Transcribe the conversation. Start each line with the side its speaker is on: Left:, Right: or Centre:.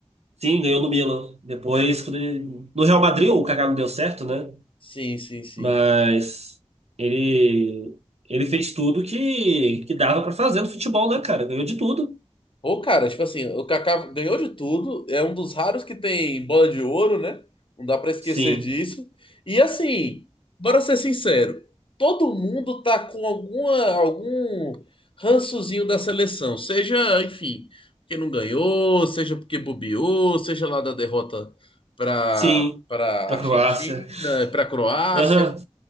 Right: Sim, ganhou no Milan. Depois, quando ele... No Real Madrid o Kaká não deu certo, né?
Left: Sim, sim, sim.
Right: Mas ele ele fez tudo que, que dava pra fazer no futebol, né, cara? Ganhou de tudo.
Left: Pô, cara, tipo assim, o Kaká ganhou de tudo, é um dos raros que tem bola de ouro, né? Não dá pra esquecer
Right: Sim,
Left: disso. E assim, bora ser sincero, todo mundo tá com alguma algum rançozinho da seleção, seja, enfim, porque não ganhou, seja porque bobeou, seja lá da derrota pra
Right: sim.
Left: para
Right: Pra
Left: Argentina,
Right: Croácia.
Left: pra Croácia.
Right: Aham.